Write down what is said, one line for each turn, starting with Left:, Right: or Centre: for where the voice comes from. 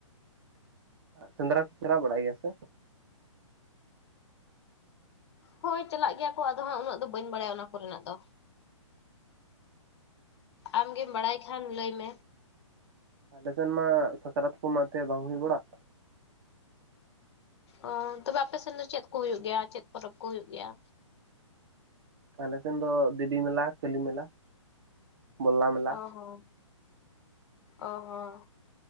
Right: ᱥᱮᱸᱫᱽᱨᱟ ᱠᱚ ᱪᱟᱞᱟᱜ ᱵᱟᱲᱟᱜ ᱜᱮᱭᱟ ᱥᱮ?
Left: ᱦᱳᱭ ᱪᱟᱞᱟᱜ ᱜᱮᱭᱟ ᱠᱚ ᱟᱫᱚ ᱦᱟᱸᱜ ᱩᱱᱟᱹᱜ ᱫᱚ ᱵᱟᱹᱧ ᱵᱟᱲᱟᱭᱟ ᱚᱱᱟ ᱠᱚᱨᱮᱱᱟᱜ ᱫᱚ ᱟᱢᱜᱮᱢ ᱵᱟᱲᱟᱭ ᱠᱷᱟᱱ ᱞᱟᱹᱭ ᱢᱮ?
Right: ᱟᱞᱮ ᱥᱮᱱ ᱢᱟ ᱥᱟᱠᱨᱟᱛ ᱠᱚ ᱢᱟᱛᱮ ᱵᱟᱝ ᱦᱩᱭ ᱵᱟᱲᱟᱜ᱾
Left: ᱚ ᱛᱚᱵᱮ ᱟᱯᱮ ᱥᱮᱱ ᱫᱚ ᱪᱮᱫ ᱠᱚ ᱦᱩᱭᱩᱜ ᱜᱮᱭᱟ ᱪᱮᱫ ᱯᱚᱨᱚᱵᱽ ᱠᱚ ᱦᱩᱭᱩᱜ ᱜᱮᱭᱟ?
Right: ᱟᱞᱮ ᱥᱮᱱ ᱫᱚ ᱫᱮᱵᱤ ᱢᱮᱞᱟ ᱠᱟᱞᱤ ᱢᱮᱞᱟ ᱵᱚᱞᱞᱟ ᱢᱮᱞᱟ
Left: ᱚ ᱦᱚᱸ ᱚ ᱦᱚᱸ